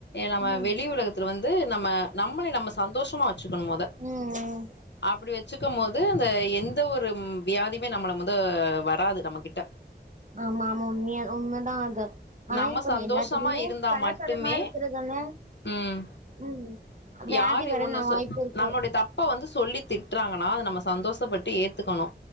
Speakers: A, on the left (about 80°); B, on the right (about 45°).
A: நம்ம
B: ம்
A: வெளி உலகத்துல வந் து நம்ம நம்மளை நம்ம சந்தோஷமா வச்சுக்கணு மொத
B: ம் ம்
A: அப்டி வச்சுக் ருக்க போது அந்த எந்த ஒரு வியாதிமே நம்மள முத வராது நம்ம கிட்ட
B: ஆமா ஆமா உண்மிய உண்மதா அது ஆனா
A: நம்ம
B: இப்ப இந்த
A: சந்தோஷமா
B: எல்லாத்திலிமே
A: இருந்தா
B: கலப்படமா
A: மட்டுமே
B: இருக்கறதால
A: ம்
B: ம் வியாதி
A: யாரு
B: வர
A: ஒண்ணு
B: நா
A: சொ
B: வாய்ப்பு இருக்கு
A: நம்மடய தப்ப வந்து சொல்லி திட் ட்றாங்கன்னா நம்ம சந்தோஷப்பட்டு ஏத்துக்கணு